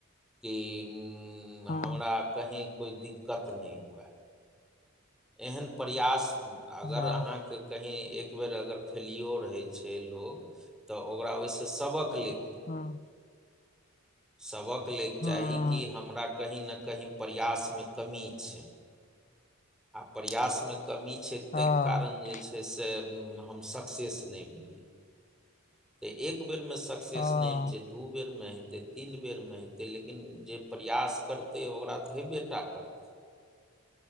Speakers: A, in the centre; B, on the left.
A: कि
B: हँ
A: हमरा कहीँ कोइ दिक्कत नहि हुए एहन प्रयास अगर
B: हँ
A: अहाँके कहीँ एक एक बेर अगर फैलियो रहै छै। लोग तऽ ओकरा ओहिस सबक ले
B: हँ
A: सबक लेल
B: हँ
A: चाही कि हमरा कहीँ ने कहीं प्रयासमे कमी छी। आ प्रयासमे कमी छैइ
B: हँ
A: तहि कारण जे छैइ से हम सक्सेस नई भेलिअई त एक एक बेर में सक्सेस
B: हँ
A: नहि होइ छैई दू बेर मेें हेतै तीन बेरमे हेतै लेकिन जे प्रयास करतै ओकरा तऽ हेबेटा करतै <inaudible>